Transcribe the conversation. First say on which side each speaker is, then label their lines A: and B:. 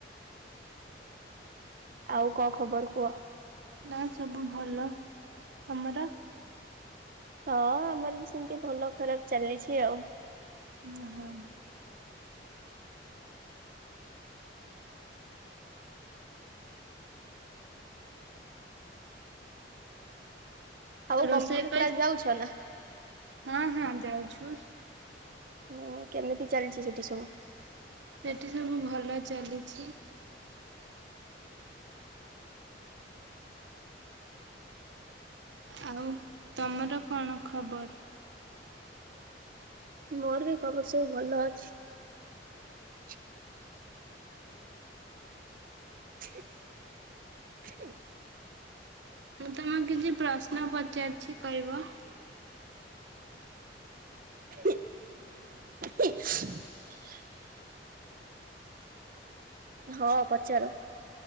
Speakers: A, on the right (about 50°); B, on the right (about 85°).
A: ଆଉ କଣ ଖବର କୁହ
B: ନା ସବୁ ଭଲ ତମର।
A: ହଁ ଆମର ବି ସେମତି ଭଲ ଖରାପ ଚାଲିଛି ଆଉ।
B: ଓହୋ।
A: ଆଉ
B: ରୋଷେଇ
A: କମ୍ପ୍ୟୁଟର
B: ପାଇଁ
A: କ୍ଲାସ ଯାଉଛ ନା?
B: ହଁ ହଁ ଯାଉଛୁ।
A: ହଁ କେମିତି ଚାଲିଛି ସେଠି ସବୁ
B: ସେଠି ସବୁ ଭଲ ଚାଲିଛି। ଆଉ ତମର କଣ ଖବର
A: ମୋର ବି ଖବର ସବୁ ଭଲ ଅଛି। <inaudible>
B: ମୁଁ ତମକୁ କିଛି ପ୍ରଶ୍ନ ପଚାରୁଛି କହିବ?
A: ହ <inaudible> ହଁ ପଚାର